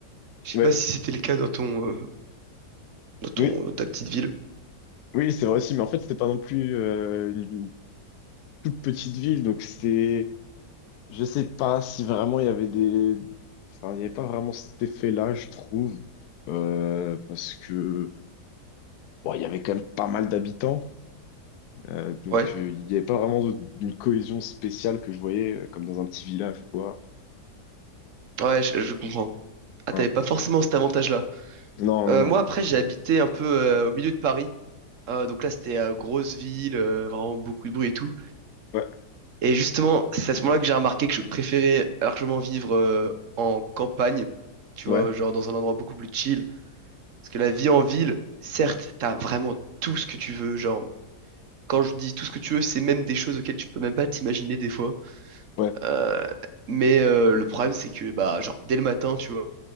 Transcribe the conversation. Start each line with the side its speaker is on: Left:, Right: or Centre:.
Right: Je sais
Left: Ouais.
Right: pas si c'était le cas dans ton, euh, dans ton,
Left: Oui,
Right: dans ta petite ville.
Left: oui, c'est vrai aussi, mais en fait, c'était pas non plus euh, une, une toute petite ville, donc c'était, je sais pas si vraiment il y avait des, enfin, il y avait pas vraiment cet effet-là, je trouve, euh, parce que bon, il y avait quand même pas mal d'habitants, euh, donc
Right: Ouais,
Left: euh, il y avait pas vraiment de- d'une cohésion spéciale que je voyais euh, comme dans un petit village ou quoi.
Right: ouais, je, je comprends. Ah,
Left: Voilà.
Right: t'avais pas forcément cet avantage-là.
Left: Non,
Right: Euh,
Left: non, non.
Right: moi, après, j'ai habité un peu euh, au milieu de Paris. Euh, donc là, c'était euh, grosse ville, euh, vraiment beaucoup de bruit et tout.
Left: Ouais,
Right: Et justement, c'est à ce moment-là que j'ai remarqué que je préférais largement vivre euh, en campagne, tu
Left: ouais,
Right: vois, genre dans un endroit beaucoup plus chill. Parce que la vie en ville, certes, t'as vraiment tout ce que tu veux. Genre, quand je dis tout ce que tu veux, c'est même des choses auxquelles tu peux même pas t'imaginer des fois.
Left: ouais,
Right: Euh, mais euh, le problème, c'est que, bah, genre, dès le matin, tu vois,